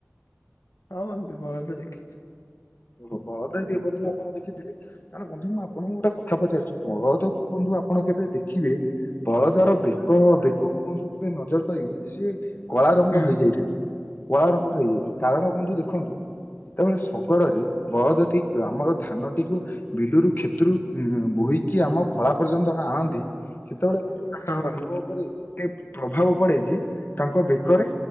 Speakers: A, on the left; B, on the left.
A: ହଁ ବନ୍ଧୁ ବଳଦ ଦେଖିଚି।
B: ଓହୋ ବଳଦ ଦି ବନ୍ଧୁ ଆପଣ ଦେଖିଥିଲେ ତାହେଲେ ବନ୍ଧୁ ମୁଁ ଆ ଆପଣଙ୍କୁ ଗୋଟେ କଥା ପଚାରୁଛି ବଳଦ କୁ ଆପଣ ବନ୍ଧୁ ଆପଣ କେବେ ଦେଖିଲେ ବଳଦ ବେକ ବେକ କୁ ବନ୍ଧୁ କେବେ ନଜର କରିବେ ସିଏ କଳା ରଙ୍ଗର
A: ହୁଁ
B: ହେଇଯାଇଥାଏ କଳା ରଙ୍ଗର ହେଇଯାଇଥାଏ କାରଣ ବନ୍ଧୁ ଦେଖନ୍ତୁ ଯେତେବେଳେ କଡ଼ରେ ବଳଦତି ଆମର ଧାନଟିକୁ ବିଲୁରୁ କ୍ଷେତରୁ ଉଁ ବୋହିକି ଆମ ଖଳା ପର୍ଯ୍ୟନ୍ତ ଆଣନ୍ତି ସେତେବେଳେ ତାଙ୍କ
A: ହଁ ବନ୍ଧୁ
B: ବେକ ଉପରେ ଏତେ ପ୍ରଭାବ ପଡେ ଯେ ତାଙ୍କ ବେକରେ